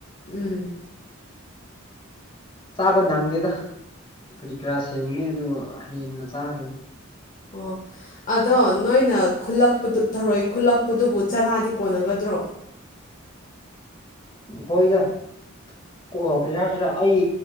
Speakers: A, on the left; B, on the left.
A: ꯎꯝ
B: ꯆꯥꯕ ꯅꯪꯗꯦꯗ ꯀꯔꯤ ꯀꯔꯥ ꯁꯦꯡꯕꯅꯤ ꯑꯗꯨꯒ ꯍꯌꯦꯡꯅ ꯆꯥꯒꯗꯕꯅꯤ
A: ꯑꯣ ꯑꯗꯣ ꯅꯣꯏꯅ ꯈꯨꯜꯂꯛꯄꯗꯨ ꯊꯔꯣꯏ ꯈꯨꯜꯂꯛꯄꯗꯨꯕꯨ ꯆꯔꯥꯗꯤ ꯀꯣꯟꯅꯒꯗ꯭ꯔꯣ
B: ꯍꯣꯏꯗ ꯀꯣ ꯀꯩ ꯍꯥꯏꯁꯤꯔꯥ ꯑꯩ